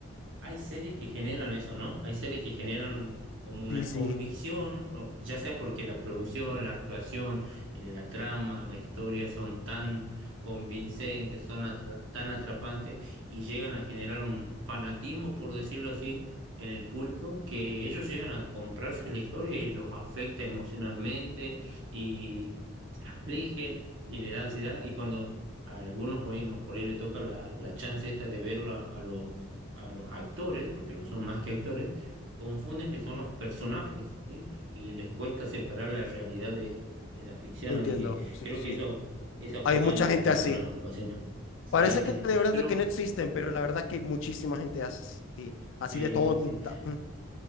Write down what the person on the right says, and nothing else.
Hay series que generan eso, ¿no? Hay series que generan como una
convicción, o ya sea porque la producción, la actuación, eh, la trama, la historia son tan convincentes, son atra- tan atrapantes y llegan a generar un fanatismo, por decirlo así, en el público, que ellos llegan a comprarse la historia y los afecta emocionalmente y se afligen y le da ansiedad. Y cuando a algunos, bueno, por ahí le toca la, la chance esta de verla a los a los actores, porque no son más que actores, confunden que son los personajes, ¿sí? Y les cuesta separar la realidad de, de la ficción,
así que
creo
que eso, eso ha
pasado
en,
en
otras ocasiones. Sí,
sí,
sí.
Pero,
sí,
sí.